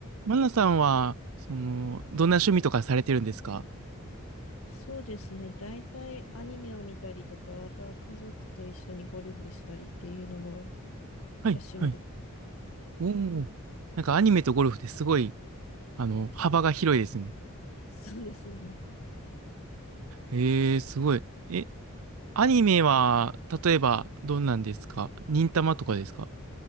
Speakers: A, on the right; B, on the left.
A: マナさんは、その、どんな趣味とかされてるんですか
B: そうですね。大体アニメを見たりとか、あとは家族と一緒にゴルフしたりっていうのが、が
A: はい、
B: 趣味で
A: はい。おお。なんかアニメとゴルフってすごい、あの、幅が広いですね。
B: す。そうですね。
A: へえ、すごい。え、アニメは、例えば、どんなんですか忍たまとかですか